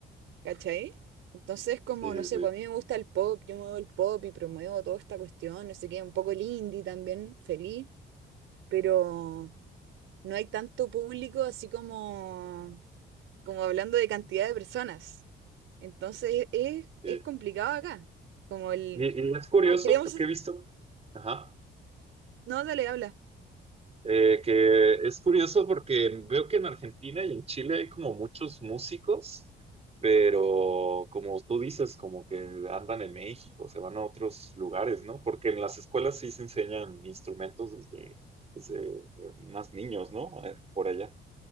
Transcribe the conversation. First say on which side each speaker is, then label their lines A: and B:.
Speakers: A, on the right; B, on the right.
A: ¿cachai? Entonces, como,
B: sí, sí,
A: no sé,
B: sí,
A: pues a mí me gusta el pop, yo muevo el pop y promuevo toda esta cuestión, no sé qué, un poco el indie también, feliz, pero no hay tanto público así como, como hablando de cantidad de personas. Entonces es,
B: sí.
A: es complicado acá. Como el,
B: Y, y es curioso
A: "Oh, queremos,
B: porque he visto, ajá,
A: no, dale, habla.
B: eh, que es curioso porque veo que en Argentina y en Chile hay como muchos músicos, pero como tú dices, como que andan en México, se van a otros lugares, ¿no? Porque en las escuelas sí se enseñan instrumentos desde, desde más niños, ¿no? Eh, Por allá.